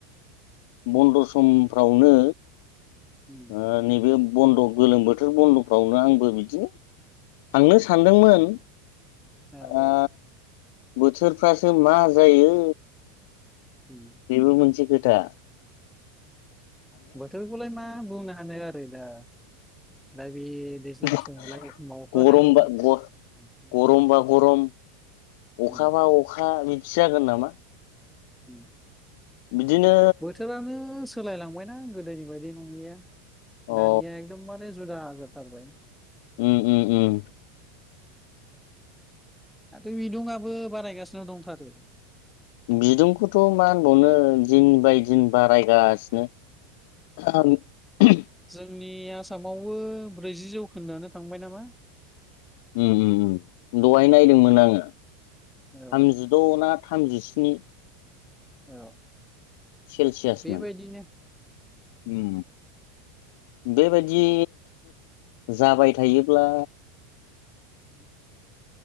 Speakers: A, on the left; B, in the centre.
A: बन्द समफ्रावनो
B: उम
A: आ नैबे बन्द गोलोम बोथोर बन्दफ्रावनो आंबो बिदिनो थांनो सान सानदोंमोन
B: औ औ औ
A: आ बोथोरफ्रासो मा जायो
B: उम
A: बेबो मोनसे खो- दा
B: बोथोरखौलाय मा बुंनो हानो आरो दा दा बे दैज्लां
A: गर
B: समावलाय एखमबा अखा हायो
A: गमबा गर
B: उम
A: गरमबा गरम
B: उम
A: अखा बा अखा बिदि जागोन नामा?
B: उम
A: बिदिनो
B: बोथोरानो सोलायलांबाय ना गोदोनि बायदि नंलिया
A: अ
B: दानिया एकदम माने जुद जा सार बाय
A: उम उम उम
B: माथो बिदुंआबो बानायायगासिनो दंथारो
A: बिदुंखौथ मा होनबावनो दिन बाय दिन बारायगासि-
B: नोंथां
A: आं उह
B: जोंनि आसामावबो ब्रैजि जौखोन्दोआानो थांबाय नामा
A: हम हम हम दहाय नायदोंमोन आंङो
B: औ
A: थामजिद ना थामजिस्नि
B: औ
A: सेलसियासमोन
B: बेबायदिनो
A: उम बेबायदि जाबाय थायोब्ला
B: <inaudible>